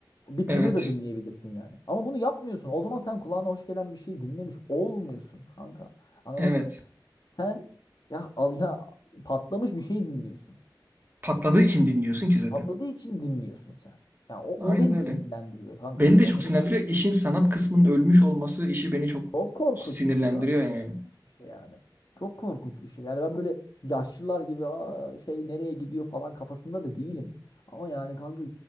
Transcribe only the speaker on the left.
Bir
tını da dinleyebilirsin yani. Ama bunu yapmıyorsun. O zaman sen kulağına hoş gelen bir şey dinlemiş olmuyorsun kanka. Anladın
mı? Sen ya al ya patlamış bir şey dinliyorsun.
Patladığı için dinliyorsun sen. Ya o,
o beni
sinirlendiriyor kanka.
O
beni
çok korkunç
bir şey kanka. İlginç
bir şey yani. Çok korkunç bir şey. Yani ben böyle yaşlılar gibi Aa, şey nereye gidiyor falan kafasında da değilim. Ama yani kanka